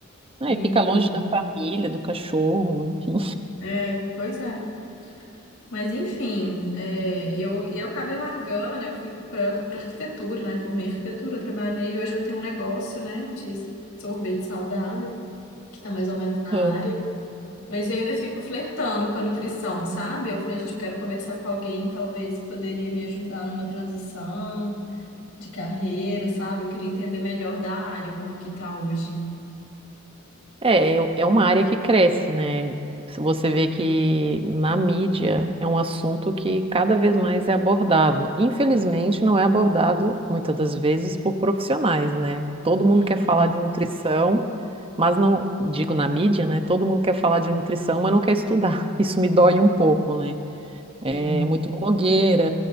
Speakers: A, on the left; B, on the right.
A: E
B: Ah, e fica longe da família, do cachorro, enfim.
A: é, pois é. Mas enfim, é, eu, eu acabei largando, né, eu fui para arquitetura, né? Formei em arquitetura, trabalhei e hoje eu tenho um negócio, né, de sorvete saudável, que tá mais ou menos na
B: Aham.
A: área. Mas eu ainda fico flertando com a nutrição, sabe? Eu falei, gente, eu quero conversar com alguém, talvez que poderia me ajudar numa transição de carreira, sabe? Eu queria entender melhor da área, como que tá hoje.
B: É, eu- é uma área que cresce, né? Se Você vê que na mídia é um assunto que cada vez mais é abordado. Infelizmente, não é abordado muitas das vezes por profissionais, né? Todo mundo
A: Uhum.
B: quer falar de nutrição, mas não, digo na mídia, né? Todo mundo quer falar de nutrição, mas não quer estudar. <laughs> Isso me dói um pouco, né? É
A: Sim,
B: muito blogueira,